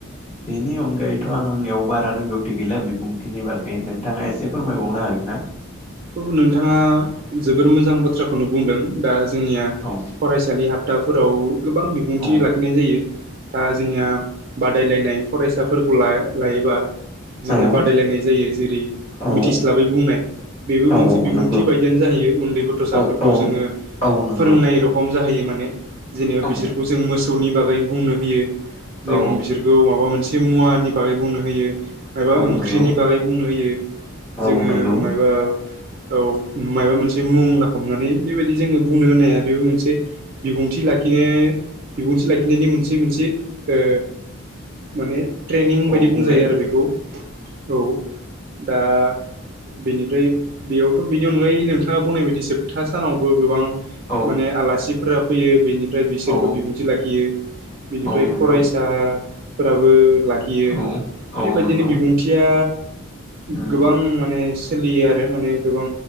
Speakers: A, on the left; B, on the right.
A: बेनि अनगायैथ' आंनियाव बारा रोंगौथि गैला बिबुंथिनि बागै नोंथाङा एसे फोरमायबावनो हागोन ना
B: औ नोंथाङा जोबोर मोजां बाथ्राखौनो बुंदों दा जोंनिया
A: औ
B: फरायसालि हाब बाफोराव गोबां बिबुंथि
A: औ
B: लाखिनाय जायो दा जोंनिया बादायलायनाय फरायसाफोरखौ लाय लायोबा जोंनिया
A: औ
B: बादायलायनाय जायो जेरै
A: औ
B: मिथिस्लाबै बुंनाय बेबो
A: औ
B: मोनसे बिबुंथि
A: नंगौ
B: बायदियानो जाहैयो उन्दै गथ'साफोरखौ
A: औ औ
B: जोङो
A: औ नंगौ
B: फोरोंनाय रखम जाहैयो माने जेनेबा
A: औ
B: बिसोरखौ जों मोसौनि बागै बुंनो होयो जों
A: औ
B: बिसोरखौ माबा मोनसे मुवानि बागै बुंनो होयो एबा
A: औ
B: ओंख्रिनि
A: नंगौ
B: बागै बुंनो होयो जोङो
A: औ नंगौ
B: माय बा औ माबा मोनसे मुं ला हमनानै बेबायदि जोङो बुंनो होनाया बेबो मोनसे बिबुंथि लाखिनो बिबुंथि लाखिनायनि मोनसे मोनसे ओ माने ट्रेनिं
A: औ
B: बायदि बुंजायो
A: बुंलाय
B: आरो बेखौ औ दा बेनिफ्राय बेयावथ' बेनि अनगायै नोंथाङा बुंनाय बायदि जोबथा सानावबो गोबां
A: औ
B: माने आलासिफोरा फैयो बेनिफ्राय बिसोरबो
A: औ
B: बिबुंथि लाखियो बेनिफ्राय
A: औ नंगौ
B: फरायसाफोराबो लाखियो
A: औ औ
B: बेबायदिनो
A: नंगौ
B: बिबुंथिया
A: औ
B: गोबां माने सोलियो आरो माने गोबां